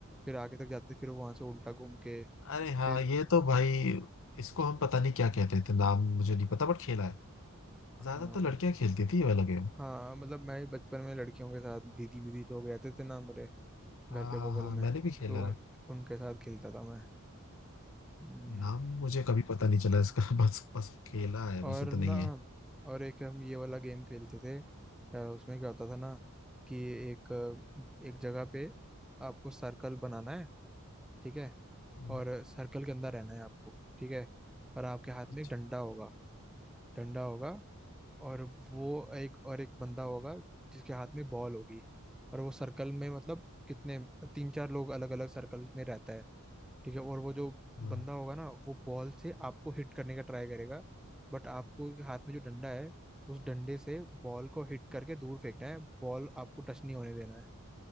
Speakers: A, in the centre; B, on the left.
A: फिर आगे तक जाते फिर वहां से उल्टा घूम के
B: अरे हाँ
A: फिर
B: ये तो भाई इसको हम पता नहीं क्या कहते थे नाम मुझे नहीं पता बट खेला है
A: हाँ
B: ज्यादा तो लड़कियां खेलती थी ये वाला गेम
A: हाँ मतलब मैं बचपन में लड़कियों के साथ दीदी वीदी लोग रहते थे ना मेरे घर
B: हाँ
A: के
B: हाँ
A: बगल
B: हाँ
A: में
B: मैंने भी खेला
A: तो उन-
B: है
A: उनके साथ खेलता था मैं हम्म,
B: नाम मुझे कभी पता नहीं चला इसका <laughs> बस बस खेला है
A: और
B: बस इतना
A: ना
B: ही है
A: और एक हम ये वाला गेम खेलते थे अ, उसमें क्या होता था ना कि एक अ, एक जगह पे आपको सर्कल बनाना है ठीक है
B: हम्म,
A: और सर्कल के अंदर रहना है आपको ठीक है और आपके हाथ
B: अच्छा
A: में एक डंडा होगा डंडा होगा और वो एक और एक बंदा होगा जिसके हाथ में बॉल होगी और वो सर्कल में मतलब कितने तीन चार लोग अलग अलग सर्कल में रहता है ठीक है और वो जो
B: हाँ
A: बंदा होगा ना वो बॉल से आपको हिट करने का ट्राई करेगा बट आपको हाथ में जो डंडा है उस डंडे से बॉल को हिट करके दूर फेंकना है बॉल आपको टच नहीं होने देना है